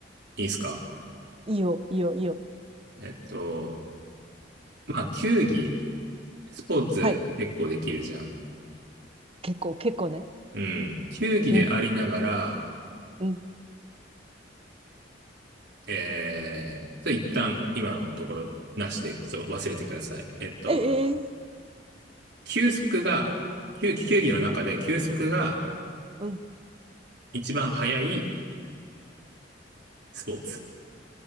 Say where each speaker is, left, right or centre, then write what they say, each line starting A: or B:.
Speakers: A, on the right; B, on the right.
A: いいっすか。
B: いいよ、いいよ、いいよ。
A: えっと、まあ、球技。スポーツ結構できるじゃん。
B: はい。結構、結構ね。
A: うん。球技でありながら、
B: うん、うん。
A: えー、それ一旦今のところなしで、そう、忘れてください。えっと、
B: え、えー
A: 球速が、球、球技の中で球速が
B: うん。
A: 一番速いスポーツ。